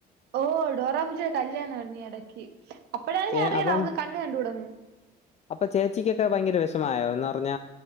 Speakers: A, on the right; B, on the left.
A: ഓ ഡോറാപൂജേഎ ജയുടെ കല്യാണ നീ എടാക്കി ഇല്ല അപ്പഴാണ്
B: ചേ
A: ഞാൻ അറിയ്ണെ
B: അപ്പം
A: അവക്ക് കണ്ണ് കണ്ടുടന്ന്
B: അപ്പൊ ചേച്ചിക്കൊക്കെ ഭയങ്കര വിഷമായോ ന്നർഞ്ഞ